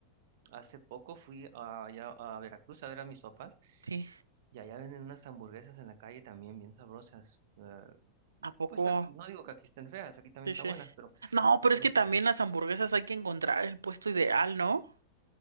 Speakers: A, on the right; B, on the right.
A: Hace poco fui a- allá a Veracruz a ver a mis papás
B: Sí,
A: y allá venden unas hamburguesas en la calle también bien sabrosas. Eh,
B: ¿a poco?
A: pues ac- no digo que aquí estén feas, aquí también
B: Sí,
A: están
B: sí.
A: buenas, pero
B: No, pero
A: no
B: es que también
A: sé.
B: las hamburguesas hay que encontrar el puesto ideal, ¿no?